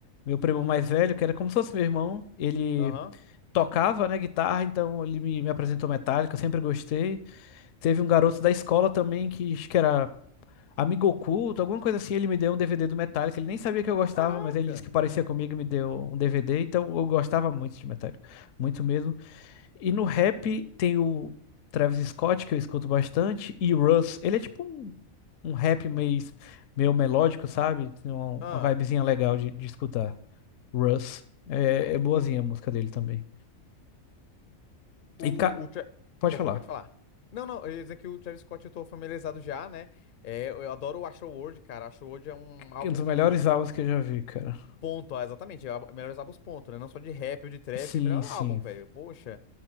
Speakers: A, on the left; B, on the left.
A: meu primo mais velho, que era como se fosse meu irmão, ele
B: Aham.
A: tocava, né, guitarra, então ele me, me apresentou Metallica, eu sempre gostei. Teve um garoto da escola também que acho que era amigo oculto, alguma coisa assim. Ele me deu um DVD do Metallica. Ele nem sabia que eu gostava,
B: Caraca.
A: mas ele disse que parecia comigo e me deu um DVD. Então eu gostava muito de Metallica, muito mesmo. E no rap tem o Travis Scott, que eu escuto bastante, e o Russ. Ele é tipo um, um rap meio, meio melódico, sabe? Tem uma,
B: Ah,
A: uma vibezinha legal de, de escutar. Russ. É, é boazinha a música dele também.
B: o,
A: E ca...
B: o Tra-
A: pode
B: Opa,
A: falar.
B: pode falar. Não, não, eu ia dizer que o Travis Scott eu tô familiarizado já, né? É, eu adoro o Astroworld, cara. Astroworld é um álbum.
A: É um dos melhores álbuns que eu já vi, cara.
B: Ponto, ah, exatamente. al- Melhores álbuns, ponto, né? Não só de rap ou de trap,
A: Sim,
B: é melhor
A: sim.
B: álbum, velho. Poxa.